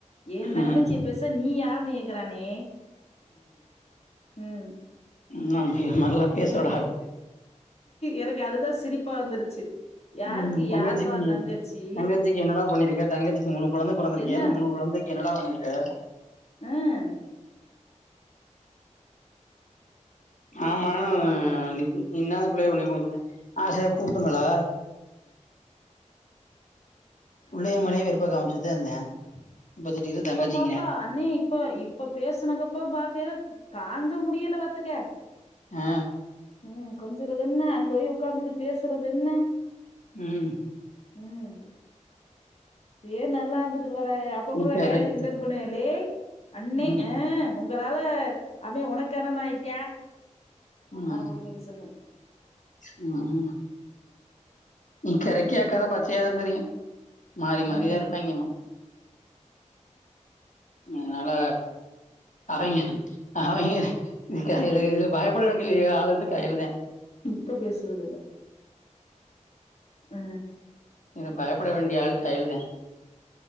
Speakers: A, on the left; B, on the left.
A: ஏ தங்கச்சிய
B: ம்
A: பேச நீ யாருன்னு கேக்குறானே ம்
B: நா இது மார்லா பேசவிடாது
A: எனக்கு அதுதா சிரிப்பா வந்துருச்சு யாருக்கு
B: ம் தங்கச்சிக்கு
A: யார்ரா தங்கச்சி
B: தங்கச்சிக்கு என்னடா பண்ணிருக்க தங்கச்சிக்கு மூனு கொழந்த பொறந்திருக்கே
A: என்ன
B: அந்த மூனு கொழந்தைக் என்னடா பண்ணிர்க்க
A: ம்
B: மாமா <unintelligible> ஆசயா கூப்ட்டுங்களா புள்ளைய மேலயு வெறுப்ப காம்ச்சுட்த இருந்தே இப்ப திடீர்னு
A: இப்பொ
B: தங்கச்சிங்கிறே
A: பாத்தா அண்ணே இப்ப இப்ப பேசுனக்கப்பற்ம் பாக்கைல தாங்க முடியல பாத்துக்க
B: அ
A: ம் கொஞ்சுறது என்ன அங்க ஓய் உக்காந்துகிட்டு பேசுறது என்ன
B: ம்
A: ம் சேர் நல்லா இருந்துட்டு போறாக அப்ப கூட
B: இக்கரை
A: கையல கிண்டல் பண்ணுவே லேய் அண்ணே
B: ம்
A: அ உங்களால அவெ ஒனக்கு அண்ணன் ஆயிட்டா
B: ம்
A: அப்ட்ன்னு சொல்லி சொன்னே
B: <unintelligible> இக்கரைக்கு அக்கற பச்சையாதா தெரியு மாறி மாறிதா
A: ம்
B: இருப்பாங்கம்மா அதுனால அவெங்க அவெங்க இது கையலு இதுல பயப்புட வேண்டிய ஆள் வந்து கயலுதெ
A: இப்ப பேசுறது இல்ல அ
B: இத பயப்பட வேண்டிய ஆள் கயலுதெ